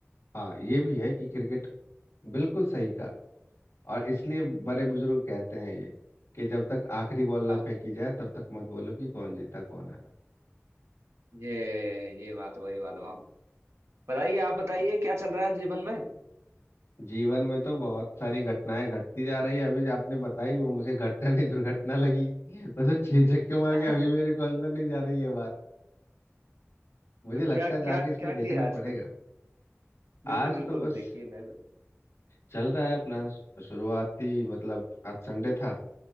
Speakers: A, on the left (about 75°); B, on the right (about 65°).
A: हाँ ये भी है कि क्रिकेट बिल्कुल सही कहा और इसलिए बड़े बुजुर्ग कहते हैं ये कि जब तक आखिरी बॉल ना
B: हाँ
A: फेंकी जाए तब तक मत बोलो कि कौन जीता कौन हारा
B: ये ये बात वही वाला मामला बताइए आप बताइए क्या चल रहा है जीवन में
A: जीवन में तो बहुत सारी घटनाएं घटती जा रही है अभी जो आपने बताई वो मुझे घटना नहीं दुर्घटना लगी <laughs> वो तो छह छक्के मार
B: <laughs>
A: के अभी मेरे को अंदर नहीं जा रही है बात मुझे
B: तो
A: लगता
B: क्या क्या
A: है जाके इसको
B: क्या
A: देखना
B: किया आज
A: पड़ेगा
B: फिर बिल्कुल
A: आज
B: बिल्कुल
A: तो बस
B: देखिए मैं
A: चल रहा है अपना शु- शुरुआती मतलब आज संडे था